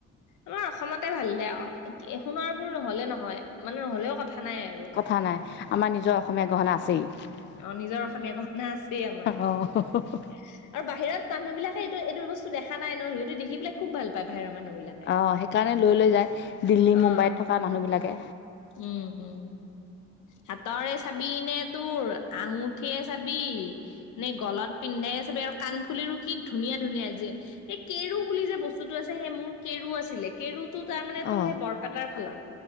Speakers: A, on the left; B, on the left.
A: আমাৰ অসমতে ভাল দে আৰু, সোণৰ বোৰ নহলেও হয় মানে নহ'লেও কথা নাই আৰু।
B: কথা নাই, আমাৰ নিজৰ অসমীয়া গহনা আছেই।
A: অ' নিজৰ অসমীয়া গহনা আছেই আমাৰ। আৰু
B: অঁ
A: বাহিৰত মানুবিলাকে এইটো এইটো বস্তু দেখা নাই ন? সিহঁতে দেখি পেলাই খুব ভাল পায় বাহিৰৰ মানুহ বিলাক।
B: অ' সেইকাৰণে লৈ লৈ যায় দিল্লী
A: অ'।
B: মুম্বাইত থকা মানুহ বিলাকে?
A: উম, হুম। হাতৰে চাবিনে তোৰ আঙুঠিয়ে চাবি নে গলত পিন্ধাই চাবি আৰু কাণফুলিও কি ধুনীয়া ধুনীয়া যে। এই কেৰু বুলি যে বস্তুতটো আছে, সেই মোৰ কেৰু আছিলে। কেৰুতো তাৰ মানে তোৰ
B: অঁ
A: সেই বৰপেটাৰ ফালৰ।